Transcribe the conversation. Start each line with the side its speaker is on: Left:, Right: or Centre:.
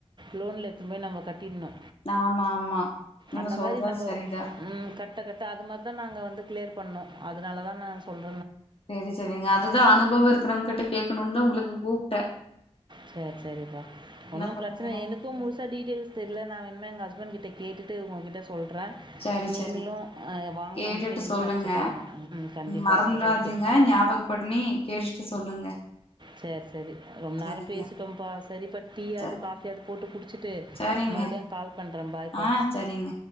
Right: லோன்ல எடுத்துன்போய் நம்ம கட்ட கின்னு
Left: ஆமா ஆமா நீங்க
Right: அந்த
Left: சொல்றது
Right: மாரி நம்ம
Left: சரிதா
Right: ம் கட்ட கட்ட அது மாதிரி தா நாங்க வந் கிளியர் பண்ணு அதனால தா நா சொல்
Left: செரி செரிங்க அதுதா அனுபவ இருக்றவங்கிட்ட கேட் ணூன் தா உங்களுக்கு கூப்டே
Right: சேர் செரிப்பா ஒன்னும்
Left: பண்றதுன்னு
Right: ப்ரச்ன எனக்கூ
Left: தெர்ல
Right: முழுசா டீடெயில்ஸ் தெரில நா வேணுனா எங்க ஹஸ் ஹஸ்பென்ட் கிட்ட கேட்டுட்டு உங்ககிட்ட சொல்ற
Left: சரி
Right: நீங்களு
Left: சரி
Right: ஆ வாங்னவங்கிட்ட
Left: கேட்டுட்டு
Right: விசாரிச்சு
Left: சொல்லுங்க
Right: பாருங்க அ ம் கண்டிப்பா
Left: மறந்துறாதீங்க
Right: ஓகே
Left: ஞாபகப்பண்ணி கேட்டுட்டு சொல்லுங்க
Right: சேர் செரி ரொம்ப
Left: சரிங்க
Right: நேர பேசிட்டோம்ப்பா சரிப்பா டீயாது
Left: ச
Right: காஃபியாது போட்டு குடிச்சுட்டு
Left: சரிங்க
Right: மறுவுடியு கால் பண்ற பாய்பா
Left: ஆ சரிங்க